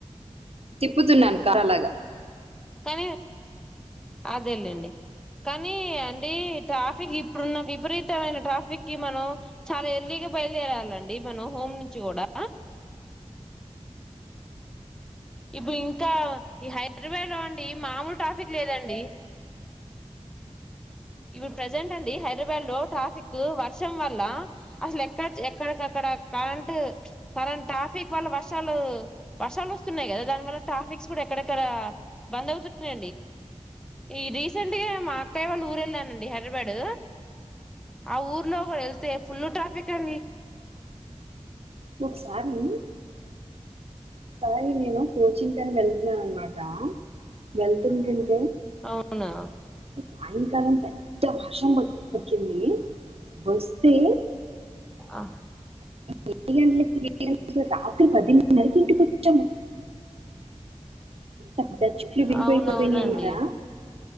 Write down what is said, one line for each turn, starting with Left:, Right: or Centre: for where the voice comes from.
Right: తిప్పుతున్నాను కర్ర లాగా
Centre: కనీ అదేలేండి. కానీ అండి, ట్రాఫిక్ ఇప్పుడున్న విపరీతమైన ట్రాఫిక్ కి మనం చాలా ఎర్లీగా బయలుదేరాలండి మనం హోమ్ నుంచి కూడా
Right: <inaudible>
Centre: ఇప్పుడు ఇంకా, ఈ హైదరాబాద్ లో అండి మామూలు ట్రాఫిక్ లేదండి. ఇప్పుడు ప్రజెంట్ అండి హైదరాబాద్ లో ట్రాఫిక్ వర్షం వల్ల అసలు ఎక్క ఎక్కడకక్కడ కరెంట్ కరెంట్ ట్రా ట్రాఫిక్ వల్ల వర్షాలు వర్షాలు వస్తున్నాయి కదా! దాని వల్ల ట్రాఫిక్స్ కూడా ఎక్కడెక్కడ బంద్ అవుతున్నాయి. ఈ రీసెంట్ గా మా అత్తయ్య వాళ్ళ ఊరు వెళ్ళానండి హైదరాబాద్. ఆ ఊర్లో కూడ వెళ్తే ఫుల్ ట్రాఫిక్ అండి.
Right: ఒకసారి ఒకసారి నేను కోచింగ్ కని వెళ్తున్నాను అన్నమాట వెళ్తుంటే.
Centre: అవునా?
Right: సాయంకాలం పెద్ద వర్షం వచ్చింది. వస్తే
Centre: ఆ
Right: ఏడు గంటలకి ఏ గ రాత్రి పదిన్నరకి ఇంటికి వచ్చాము. అ చెట్లు విరిగి
Centre: అవునవునండి
Right: పోయి పడి ఉన్నాయా